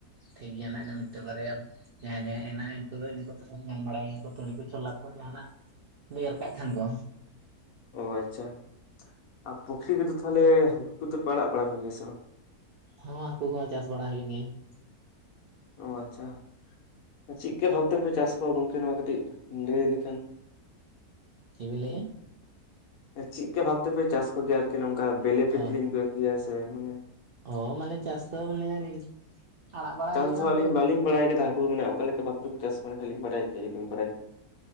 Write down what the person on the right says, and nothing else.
ᱴᱷᱤᱠ ᱜᱮᱭᱟ ᱱᱟᱦᱟᱜ ᱤᱱᱟ ᱢᱤᱫᱴᱮᱱ ᱵᱟᱨᱭᱟ ᱡᱟᱦᱟᱭ ᱡᱟᱦᱟᱭᱟ ᱢᱮᱱᱟᱜ ᱩᱱᱠᱩ ᱫᱚ ᱤᱱᱟ ᱧᱟᱢ ᱵᱟᱲᱟᱭ ᱜᱮᱭᱟᱠᱚ ᱛᱩᱲᱤ ᱠᱚ ᱪᱷᱚᱞᱟ ᱠᱚ ᱡᱟᱦᱟᱱᱟᱜ ᱾ ᱮᱨ ᱠᱟᱜ ᱠᱷᱟᱱ ᱠᱚ ᱾
ᱦᱚ ᱦᱟᱹᱠᱩ ᱠᱚᱦᱚᱸ ᱪᱟᱥ ᱵᱟᱲᱟ ᱦᱩᱭᱩᱜ ᱜᱮᱭᱟ ᱾
ᱪᱮᱫ ᱵᱤᱱ ᱞᱟᱹᱭᱮᱫ-ᱟ?
ᱚ
ᱚ ᱢᱟᱱᱮ ᱪᱟᱥ ᱫᱚ ᱢᱟᱱᱮ ᱟᱲᱟᱜ ᱵᱟᱲᱟᱭ
ᱦᱩᱭᱩᱜᱼᱟ
ᱩᱱᱠᱩ